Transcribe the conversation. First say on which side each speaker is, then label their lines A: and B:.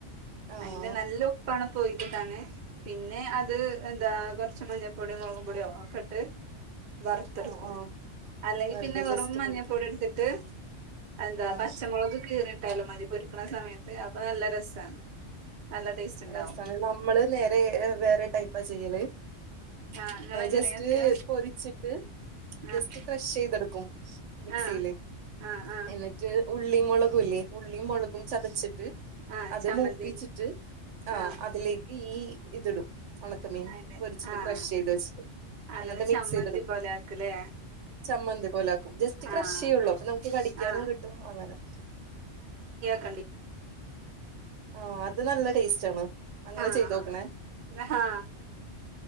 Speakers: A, on the right (about 75°); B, on the right (about 50°).
A: ആഹ്
B: അതിന്റെ നല്ല ഉപ്പാണ് പോയി <unintelligible> ണ് പിന്നെ അത് എന്താ കുറച്ച്. ച് മഞ്ഞ പൊടിയോ മുളകും പൊടിയോ ഒക്കെട്ട് വറുത്തെടുക്കും.
A: ആഹ് ആഹ്
B: അല്ലെങ്കിൽ
A: വെറുതെ
B: പിന്നെ വെറും
A: ജസ്റ്റ്
B: മഞ്ഞപ്പൊടി
A: പൊരിക്കും
B: ട്ത്ട്ട് എന്താ
A: ആഹ്
B: പച്ചമുളക് കീറി് ട്ടാലുംമതി പൊരിക്കണ സമയത്ത് അപ്പൊ നല്ല രസാണ്. നല്ല ടേസ്റ്റ് ഉണ്ടാവും
A: അസാണ് നമ്മള് നേരെ വേറെ ടൈപ്പാ ചെയ്യല്.
B: ആഹ് നിങ്ങളെങ്ങനെ
A: ജസ്റ്റ്
B: വെക്കാ
A: പൊരിച്ചിട്ട്. ട്ട് ജെസ്റ്റ്
B: ആഹ്
A: ക്രഷ് ചെയ്തെടുക്കും മിക്സില്
B: ആഹ് ആഹ് ആഹ്
A: എന്നിട്ട്. ഉള്ളി മുളകുംല്ലേ ഉള്ളി മുളകും ചതച്ചിട്ട്
B: ആഹ്
A: അത്
B: ചമ്മന്തിന്
A: മൂപ്പിച്ചിട്ട്. ആ
B: ആഹ്
A: അതിലേക്ക് ഈ ഇത്ടും. ഉണക്കമീൻ
B: അതെ
A: പൊരിച്ചിട്ട്
B: ആഹ്
A: ക്രഷ് ചെയ്ത് വെച്ചത്
B: അങ്ങനെ
A: എന്നിട്ട് മിക്സ്
B: ചമ്മന്തി
A: ചെയ്തീടും.
B: പോലെ ആക്കലേ
A: ചമ്മന്തി പോല ആാക്കും ജസ്റ്റ് ക്രഷ്
B: ആഹ്
A: യ്യൊള്ളൂ അപ്പൊ നമുക്ക് കടിക്കാനും
B: ആഹ്
A: കിട്ടും അങ്ങനെ.
B: കണ്ടി.
A: ആ അത് നല്ല ടേസ്റ്റ് ആണ്. അങ്ങനെ
B: ആ
A: ചെയ്തോക്കണേ
B: ആ ഇന്നാ ഹാ.